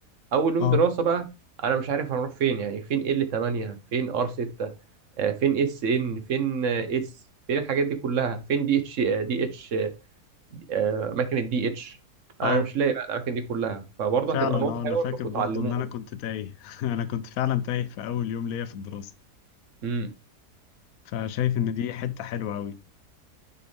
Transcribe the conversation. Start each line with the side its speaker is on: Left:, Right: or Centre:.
Right: اول يوم
Left: اه
Right: دراسه بقى انا مش عارف هنروح فين يعني فين ال 8 فين ار 6 فين اس ان فين اس فين الحاجات دي كلها فين دي اتش آه، دي اتش آه، اماكن الدي اتش
Left: اه
Right: انا مش لاقي بقى الاماكن دي كلها فبرضه
Left: فعلا
Right: هتبقى نقطه
Left: اه انا
Right: حلوه
Left: فاكر
Right: انكم
Left: برضو
Right: تعلموهم
Left: ان انا كنت تايه <laughs> انا كنت فعلا تايه في اول يوم ليا في الدراسة
Right: امم
Left: فشايف ان دي حتة حلوة قوي